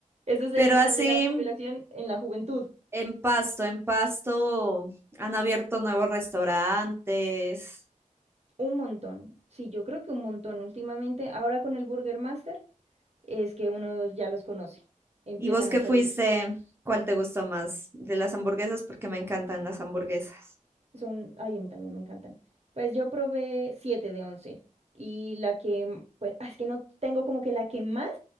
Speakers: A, on the right (about 50°); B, on the right (about 15°).
A: ese es el
B: Pero
A: plan
B: así,
A: de la jubilación en la juventud.
B: en Pasto, en Pasto han abierto nuevos restaurantes.
A: Un montón. Sí, yo creo que un montón. Últimamente, ahora con el Burger Master, es que uno ya los conoce, empiezan
B: ¿Y vos qué
A: a salir.
B: fuiste? ¿Cuál te gustó más? De las hamburguesas, porque me encantan las hamburguesas.
A: Son, ay, a mí también me encantan. Pues yo probé 7 de 11 y la que, m- pues, ah, es que no tengo como que la que más,